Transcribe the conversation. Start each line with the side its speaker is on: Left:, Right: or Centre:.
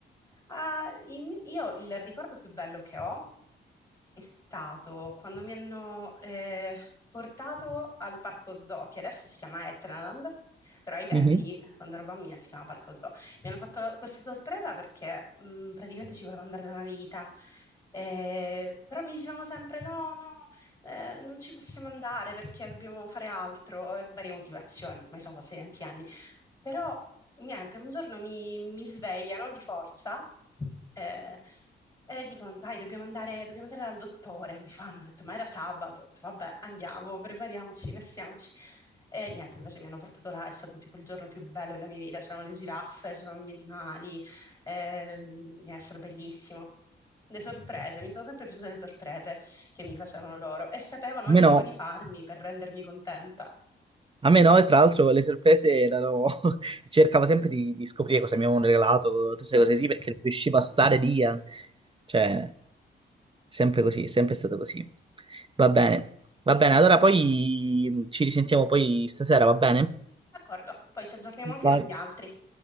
Left: Ah, i mi- io il ricordo più bello che ho È stato quando mi hanno eh, portato al parco zoo, che adesso si chiama Etnaland, però ai tempi,
Right: Mhm.
Left: quando ero bambina, si chiamava parco zoo. Mi hanno fatto la- questa sorpresa perché mh, praticamente ci volevo andare da una vita. Eh, però mi dicevano sempre: no, no, eh, non ci possiamo andare perché dobbiamo fare altro, e varie motivazioni, ormai sono passati tanti anni. Però niente, un giorno mi, mi svegliano di forza eh, e dicono: Dai, dobbiamo andare, dobbiamo andare dal dottore. Mi fanno, ho detto, ma era sabato. Ho detto, Vabbè, andiamo, prepariamoci, vestiamoci. E niente, invece mi hanno portato là, è stato tipo il giorno più bello della mia vita. C'erano le giraffe, c'erano gli animali, eh, è stato bellissimo. Le sorprese, mi sono sempre piaciute le sorprese che mi facevano loro e sapevano anche
Right: A me no,
Left: quali farmi per rendermi contenta.
Right: a me no, e tra l'altro le sorprese erano... <laughs> cercavo sempre di, di scoprire cosa mi avevano regalato, tutte queste
Left: <laughs>
Right: cose sì, perché non riuscivo a stare lì. a- Cioè, sempre così, sempre stato così. Va bene, va bene, allora poi ci risentiamo poi stasera, va bene?
Left: D'accordo, poi ci aggiorniamo anche
Right: Vai.
Left: con gli altri.